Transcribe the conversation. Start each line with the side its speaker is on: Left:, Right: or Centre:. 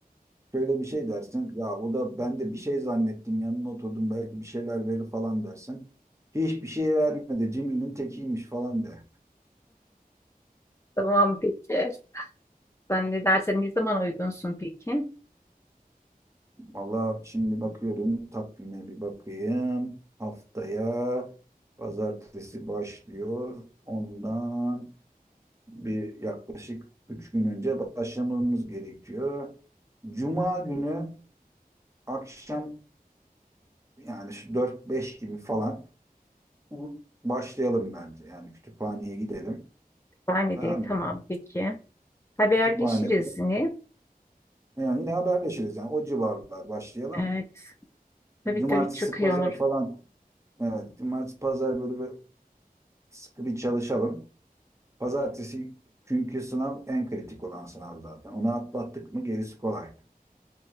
Right: Şöyle bir şey dersin. Ya o da ben de bir şey zannettim. Yanına oturdum belki bir şeyler verir falan dersin. Hiçbir şey vermedi. Cimrinin tekiymiş falan de.
Left: Tamam peki. Sen ne dersen ne zaman uygunsun peki?
Right: Valla şimdi bakıyorum takvime bir bakayım. Haftaya pazartesi başlıyor. Ondan bir yaklaşık üç gün önce başlamamız gerekiyor. Cuma günü akşam yani şu dört beş gibi falan bu- başlayalım bence. Yani kütüphaneye gidelim.
Left: Yani
Right: Tamam
Left: de tamam
Right: mı?
Left: peki. Haberleşiriz
Right: Kütüphanede.
Left: yine.
Right: Yani yine haberleşiriz yani o civarlar başlayalım.
Left: Evet. Tabii
Right: Cumartesi,
Left: tabii çok
Right: pazar
Left: iyi olur.
Right: falan. Evet, cumartesi, pazar böyle bir sıkı bir çalışalım. Pazartesi çünkü sınav en kritik olan sınav zaten. Onu atlattık mı gerisi kolay.